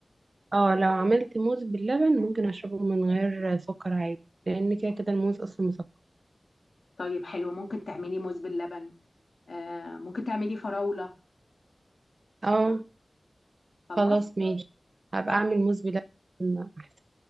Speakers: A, on the right; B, on the left.
A: اه لو عملت موز باللبن ممكن اشربه من غير سكر عادي لان كده كده الموز اصلا مسكر
B: طيب حلو ممكن تعملي موز باللبن آه ممكن تعملي فراولة
A: اه
B: خلاص
A: خلاص ماشي هبقى
B: بعد
A: أعمل
B: كده
A: موز بلبن أحسن